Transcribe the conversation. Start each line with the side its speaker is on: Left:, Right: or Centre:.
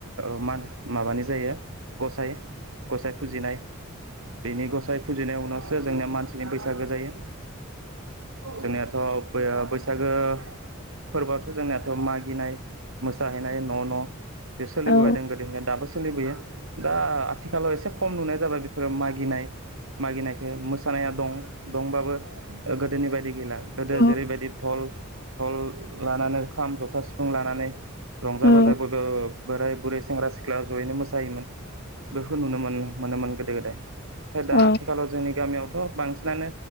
Right: ओ माबानाय जायो गसाइ गसाइ फुजिनाय बेनि गसाइ फुजिनाय उनाव सो जोंनिया मानसिनि बैसागो जायो। जोंनिया थ' बैसागो फोरबोआथ' जोंनियाथ' मागिनाय मोसाहैनाय न' न' बे सोलिबोदों
Left: औ
Right: गोदोनिफ्राय दाबो सलिबोयो। दा आथिखालाव एसे खम नुनाय जाबाय बेफोरो मागिनाय मागिनायखौ मोसानाया दं दंबाबो गोदोनि बायदि गैला। गोदो जेरैबायदि
Left: औ
Right: धल <unintelligible> लानानै खाम, जथा, सिफुं लानानै रंजा
Left: औ
Right: बाजा बयबो बोराइ बुरै सेंग्रा सिख्ला ज'यैनो मोसायोमोन। बेफोरखौ नुनो मोनोमोन गोदो गोदाय। नाथाय दा
Left: औ
Right: आथिखालाव जोंनि गामियावथ' बांसिनानो